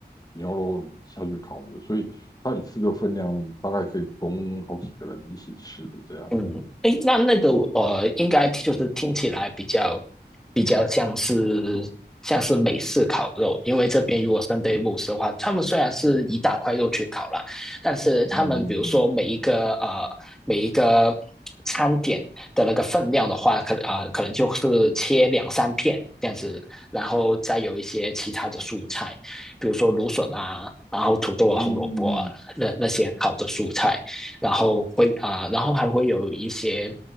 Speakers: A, on the left; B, in the centre.
A: 牛肉下去烤的，所以它一次的分量大概可以供好几个人一起吃的这样。
B: 嗯，诶，那那个呃，应该就是听起来比较比较像是像是美式烤肉，因为这边如果 s 对 n d 的话，他们虽然是一大块肉去烤啦，但是他们比如说每一个呃每一个
A: 嗯嗯
B: 餐点的那个分量的话，可呃可能就是切两三片这样子，然后再有一些其他的蔬菜，比如说芦笋啊，然后土豆啊、
A: 嗯嗯
B: 红萝卜啊那那些烤的蔬菜。然后会啊、呃然后还会有一些